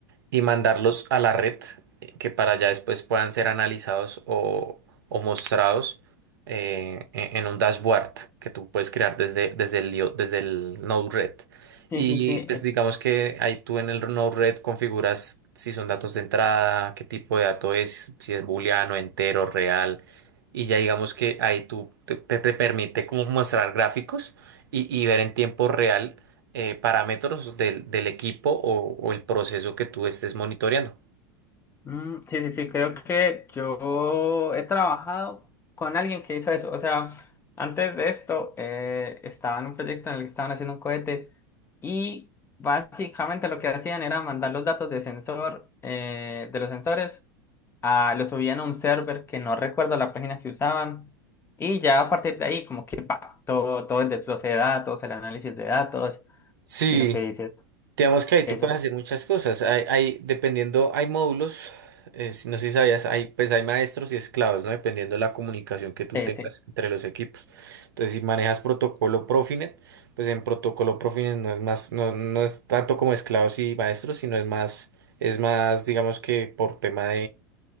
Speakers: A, on the right; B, on the left.
A: y mandarlos a la red eh, que para allá después puedan ser analizados o, o mostrados eh, en en un dashboard que tú puedes crear desde, desde el, io- desde el Node-RED.
B: Sí,
A: Y
B: sí, sí. eh,
A: pues digamos que ahí tú en el Node-RED configuras si son datos de entrada, qué tipo de dato es, si es booleano, entero, real. Y ya digamos que ahí tú te, te- te permite como mostrar gráficos y y ver en tiempo real eh, parámetros del, del equipo o, o el proceso que tú estés monitoreando.
B: Mm, sí, sí, sí, creo que yo he trabajado con alguien que hizo eso. O sea, antes de esto eh, estaba en un proyecto en el que estaban haciendo un cohete y básicamente lo que hacían era mandar los datos de sensor, eh, de los sensores, a, los subían a un server que no recuerdo la página que usaban y ya a partir de ahí como que pa, todo, todo el desglose de datos, el análisis de datos
A: Sí,
B: y lo que dices,
A: digamos que ahí tú
B: eso.
A: puedes hacer muchas cosas. Hay, hay- dependiendo, hay módulos, eh, si- no sé si sabías, hay, pues hay maestros y esclavos, ¿no? Dependiendo de la comunicación que tú
B: Sí,
A: tengas
B: sí.
A: entre los equipos. Entonces, si manejas protocolo Profinet, pues en protocolo Profinet no es más, no, no es tanto como esclavos y maestros, sino es más, es más, digamos que por tema